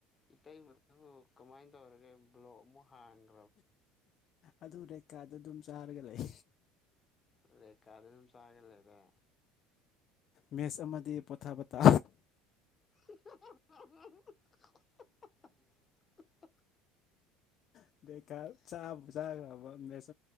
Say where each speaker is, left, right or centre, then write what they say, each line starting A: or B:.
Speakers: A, on the left; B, on the left.
A: ꯏꯇꯩꯃꯗꯨꯕꯨ ꯀꯃꯥꯏꯟ ꯇꯧꯔꯤꯒꯦ ꯕ꯭ꯂꯣꯛ ꯑꯃꯨꯛ ꯍꯥꯡꯉꯦ
B: ꯑꯗꯨ ꯔꯦꯀꯥꯗꯨ ꯑꯗꯨꯝ ꯆꯥꯔꯒ ꯂꯩ
A: ꯂꯩ ꯀꯥꯗ ꯑꯗꯨꯝ ꯆꯔꯒꯥ ꯂꯩꯔꯦ
B: ꯃꯦꯆ ꯑꯃꯗꯤ ꯄꯣꯊꯥ ꯄꯇꯥ
A: <unintelligible>
B: <unintelligible>